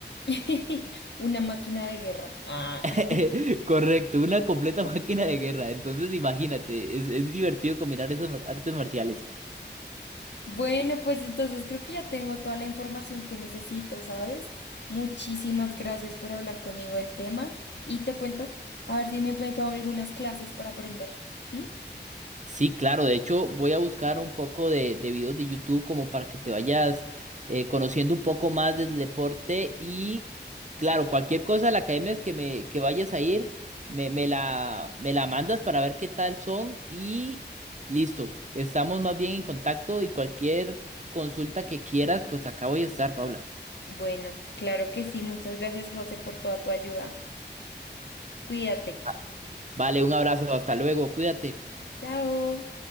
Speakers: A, on the left; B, on the right.
A: <laughs> Una máquina de guerra. Ah.
B: <laughs>
A: <laughs>
B: Correcto, una completa máquina de guerra. Entonces imagínate, es, es divertido combinar esas mar- artes marciales.
A: Bueno, pues entonces creo que ya tengo toda la información que necesito, ¿sabes? Muchísimas gracias por hablar conmigo del tema y te cuento, a ver si me he metido algunas clases para aprender. ¿m?
B: Sí, claro. De hecho, voy a buscar un poco de, de videos de YouTube como para que te vayas eh, conociendo un poco más del deporte. Y claro, cualquier cosa de la academia es que me que vayas a ir, me, me la, me la mandas para ver qué tal son. Y listo. Estamos más bien en contacto y cualquier consulta que quieras, pues acá voy a estar, Paula.
A: Bueno, claro que sí. Muchas gracias, José, por toda tu ayuda. Cuídate.
B: Va- Vale, un abrazo, hasta luego, cuídate.
A: Chao.